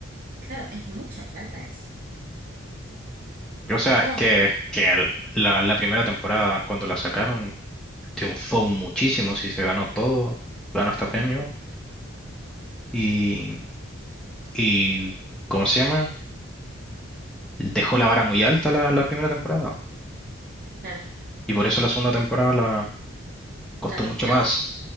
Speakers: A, on the right; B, in the centre.
A: Claro, es mucha plata eso.
B: O
A: No
B: sea,
A: puedo.
B: es que, que el- la, la primera temporada, cuando la sacaron, triunfó muchísimo, sí, se ganó todo, ganó hasta premio.
A: Y,
B: Y, y ¿cómo se llama? Dejó la vara muy alta la, la primera temporada.
A: claro,
B: Y por eso la segunda temporada la costó
A: ¿la rompió?
B: mucho más.